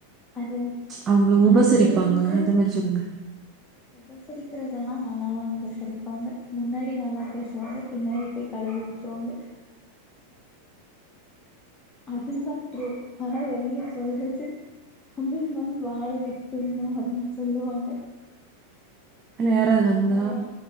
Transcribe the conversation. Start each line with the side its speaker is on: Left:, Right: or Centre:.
Left: அது
Right: அவங்கள உபசரிப்பாங்க
Left: அது வந்து
Right: அந்த மாரி சொல்லுங்க
Left: உபசரிக்கிறதெல்லா நல்லாதா உபசரிப்பாங்க முன்னாடி நல்லா பேசுவாங்க பின்னாடி போய் கழுவி ஊத் துவாங்க அதுதா ட்ரூ ஆனா வெளிய சொல்றது தமிழ் மண் வாழ வெக்கும் அப்டின் சொல்லுவாங்க
Right: யாராவது வந்தா
Left: நல்லா